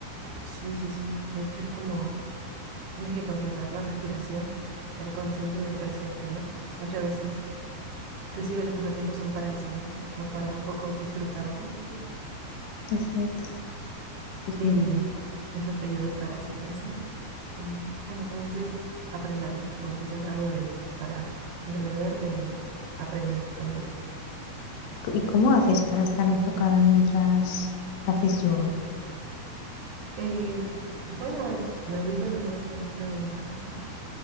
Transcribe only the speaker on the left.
Es cierto. Pues
que-
¿y, co- y cómo haces para estar enfocada mientras haces yoga?